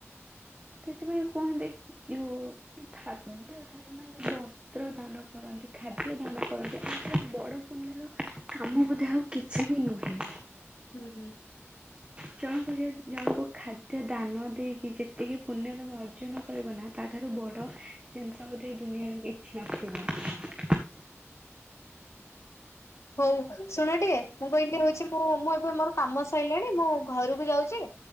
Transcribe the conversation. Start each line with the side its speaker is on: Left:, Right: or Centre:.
Right: ସେଥିପାଇଁ କୁହନ୍ତି ଯଉ ଖା କୁହନ୍ତି। ମାନେ ବସ୍ତ୍ର ଦାନ କରନ୍ତି ଖାଦ୍ୟ ଦାନ କରନ୍ତି। ବଡ ପୁଣ୍ୟର କାମ ବୋଧେ ଆଉ କିଛି ବି ନୁହେଁ।
Left: ହୁଁ।
Right: ଜଣ ଜେହେତୁ ଜଣଙ୍କୁ ଖାଦ୍ୟ ଦାନ ଦେଇକି ଯେତିକି ପୁଣ୍ୟ ତମେ ଅର୍ଜନ କରିବ ନା ତା ଠାରୁ ବଡ ଜିନିଷ ବୋଧେ ଏ ଦୁନିଆରେ କି ଛି ନଥିବ।
Left: ହଉ ଶୁଣ ଟିକେ ମୁଁ କହିଲି ହଉଛି ମୁଁ ମୁଁ ଏବେ ମୋର କାମ ସରିଲାଣି ମୁଁ ଘରକୁ ଯାଉଛି